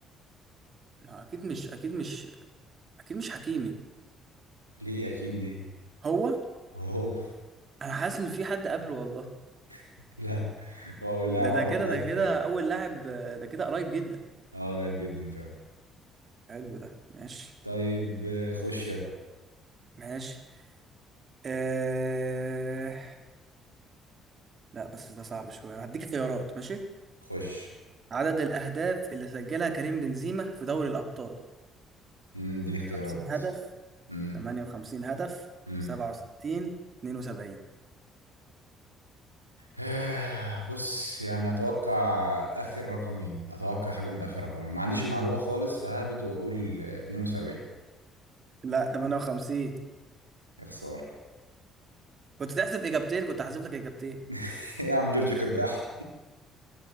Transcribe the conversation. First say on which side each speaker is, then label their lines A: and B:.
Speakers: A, on the right (about 40°); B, on the right (about 85°).
A: ما اكيد مش اكيد مش اكيد مش حكيمي
B: ليه اكيد ليه
A: هو
B: هو
A: انا حاسس ان في حد قبله والله
B: <laughs> لا هو اول لاعب
A: ده ده
B: عربي
A: كده
B: لعب
A: ده
B: في
A: كده
B: الريال
A: اول لاعب آه، ده كده قريب جدا
B: اه قريب جدا فعلا
A: حلو ده ماشي
B: طيب آه، خش يلا
A: ماشي آه... لا بس ده صعب شوية هديك خيارات ماشي
B: خش
A: عدد الأهداف اللي سجلها كريم بنزيما في دوري الأبطال
B: امم اديني اختيارات
A: 50 هدف
B: مم.
A: 58 هدف
B: مم.
A: 67 72
B: آه، بص يعني اتوقع اخر رقمين اتوقع حاجه من اخر رقمين ما عنديش معلومه خالص فهبد واقول آه، 72
A: لا 58
B: يا خساره
A: كنت تحذف إجابتين كنت هحذف لك إجابتين
B: <laughs> يا عم جورج كرداح